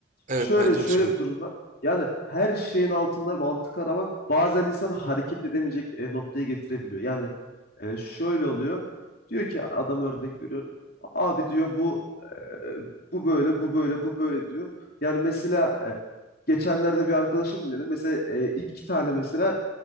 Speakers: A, on the right; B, on the left.
A: Evet
B: şöyle
A: bence
B: şöyle
A: de şu an.
B: bir durum var. Yani her şeyin altında mantık aramak bazen insanı hareket edemeyecek e, noktaya getirebiliyor. Yani e, şöyle oluyor. Diyor ki adam örnek veriyorum. Abi diyor bu e, bu böyle bu böyle bu böyle diyor. Yani mesela e, geçenlerde bir arkadaşım dedi. Mesela e, iki tane mesela